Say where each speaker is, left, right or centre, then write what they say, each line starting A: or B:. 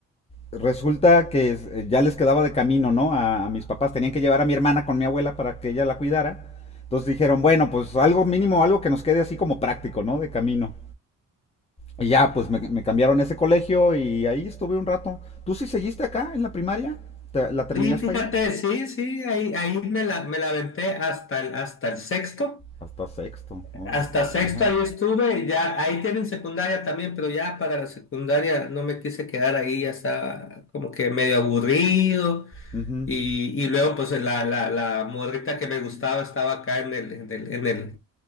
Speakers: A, on the left; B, on the left.
A: resulta que eh, ya les quedaba de camino, ¿no? A, a mis papás. Tenían que llevar a mi hermana con mi abuela para que ella la cuidara. Entonces dijeron, bueno, pues algo mínimo, algo que nos quede así como práctico, ¿no? De camino. Y ya, pues me, me cambiaron a ese colegio y ahí estuve un rato. ¿Tú sí seguiste acá en la primaria? ¿Te- ¿La terminaste
B: Sí, fíjate,
A: ahí?
B: sí, sí, ahí, ahí me la, me la aventé hasta el, hasta el sexto.
A: Hasta sexto, órale.
B: Hasta sexto
A: Ajá.
B: ahí estuve, ya ahí tienen secundaria también, pero ya para la secundaria no me quise quedar ahí, ya estaba como que medio aburrido.
A: Ujú.
B: Y, y luego pues la, la, la morrita que me gustaba estaba acá en el, en el, en el,